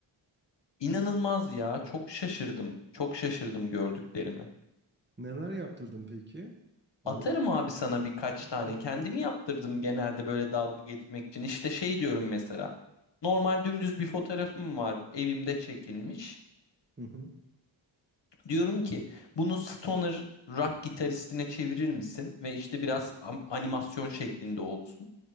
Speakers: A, on the left; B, on the right.
A: İnanılmaz ya. Çok şaşırdım. Çok şaşırdım gördüklerime.
B: Neler yaptırdın peki? Hani
A: Atarım abi sana birkaç
B: hı
A: tane. Kendimi yaptırdım genelde böyle dalga geçmek için. İşte şey diyorum mesela. Normal dümdüz bir fotoğrafım var. Evimde çekilmiş.
B: hı,
A: Diyorum ki bunu stoner rock gitaristine çevirir misin? Ve işte biraz am- animasyon şeklinde olsun.